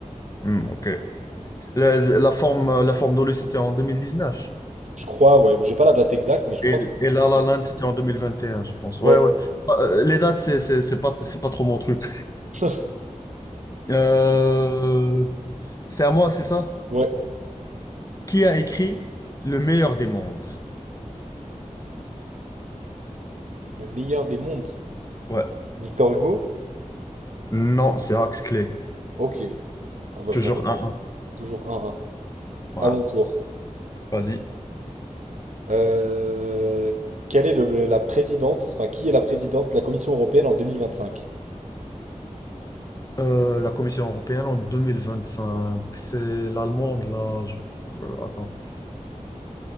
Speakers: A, on the left (about 25°); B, on the right (about 65°).
A: Hmm, ok. La, la forme, la forme de l'eau, c'était en 2019.
B: Je crois, ouais, j'ai pas la date exacte, mais je crois
A: Et,
B: que c'est 2019.
A: et La La Land, c'était en 2021, je pense.
B: Ouais.
A: Ouais, ouais. Ah, Euh, les dates, c'est c'est- c'est pas, c'est pas trop mon truc.
B: <laughs>
A: Euh, c'est à moi, c'est ça?
B: Ouais,
A: Qui a écrit Le meilleur des mondes?
B: le meilleur des mondes.
A: Ouais.
B: Victor Hugo?
A: Non, c'est Axe Clay.
B: Ok. Ah bah
A: Toujours
B: je l'avais pas.
A: un. 1
B: Toujours 1-1.
A: Voilà.
B: À mon tour.
A: Vas-y.
B: Euh, quelle est le- la présidente, enfin qui est la présidente de la Commission européenne en 2025?
A: Euh, la Commission européenne en 2025. C'est l'allemande, là. je- euh, attends.